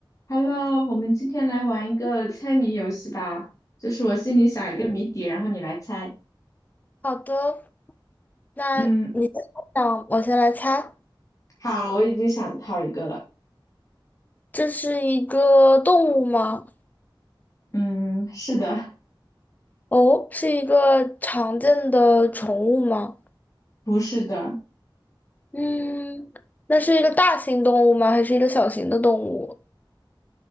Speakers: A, on the left; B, on the left.
A: Hello，我们今天来玩一个猜谜游戏吧，就是我心里想一个谜底，然后你来猜。
B: 好的，那你先想，
A: 嗯，
B: 我先来猜，
A: 好，我已经想好一个了。
B: 这是一个动物吗？
A: 嗯，是的，
B: 哦，是一个常见的宠物吗？
A: 不是的。
B: 嗯，那是一个大型动物吗？还是一个小型的动物？